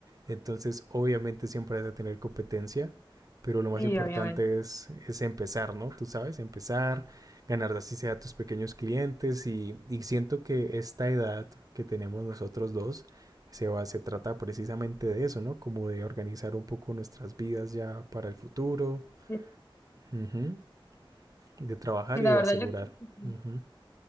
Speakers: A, on the right; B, on the left.
A: Entonces, obviamente siempre vas a tener competencia, pero lo más
B: Sí,
A: importante
B: obviamente.
A: es, es empezar, ¿no? Tú sabes, empezar, ganar así sea a tus pequeños clientes y, y siento que esta edad que tenemos nosotros dos se, va, se trata precisamente de eso, ¿no? Como de organizar un poco nuestras vidas ya para el futuro,
B: Sí,
A: ujú, de trabajar
B: sí,
A: y
B: la
A: de
B: verdad
A: asegurar.
B: yo creo que sí.
A: Ujú.